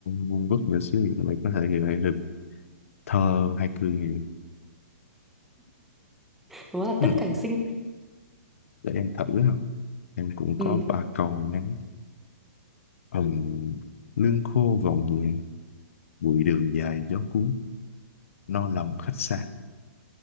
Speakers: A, on the left; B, in the centre.
A: vuông vức nữa xíu thì mình có thể gọi được thơ hay cười.
B: Nó là
A: Ừm,
B: tức cảnh sinh.
A: Để em thử không? Em cũng
B: Ừ.
A: có ba cầu ngắn Ừm, lương khô gọn nhẹ bụi đường dài gió cuốn no lòng khách xa